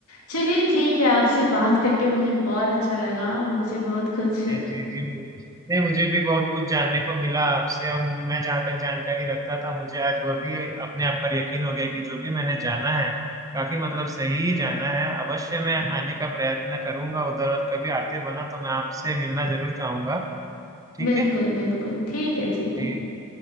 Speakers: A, on the left; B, on the right.
A: चलिए ठीक है आपसे बात करके मुझे बहुत अच्छा लगा मुझे बहुत कुछ
B: जी जी जी नहीं मुझे भी बहुत कुछ जानने को मिला आपसे और मैं जहाँ तक जानकारी रखता था मुझे आज वह भी अपने आप पर यकीन हो गया कि जो भी मैंने जाना है काफी मतलब सही ही जाना है अवश्य मैं आने का प्रयत्न करूंगा उधर और कभी आते बना तो मैं आपसे मिलना जरूर चाहूंगा ठीक
A: बिल्कुल
B: है
A: बिल्कुल ठीक है ठीक है
B: जी